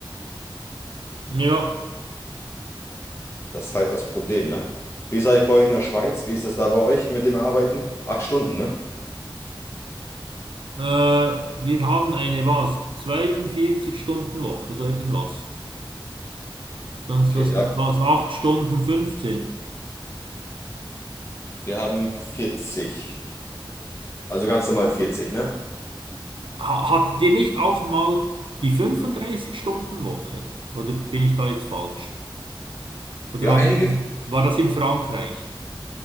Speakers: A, on the right; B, on the left.
A: Ja,
B: Das ist halt das Problem, ne? Wie ist eigentlich bei euch in der Schweiz? Wie ist das da bei euch mit dem Arbeiten? Acht Stunden, ne?
A: äh, wir haben eine was? zweiundvierzig stunden woche so irgendwas. Dann ist
B: Okay,
A: das
B: ja.
A: die- was? 8 Stunden fünfzehn.
B: Wir haben vierzig, Also ganz normal vierzig. ne?
A: Ha hattet ihr nicht auch mal die fünfunddreißig stunden woche Oder bin ich da jetzt falsch? Oder
B: Ja,
A: war,
B: einige,
A: war das in Frankreich?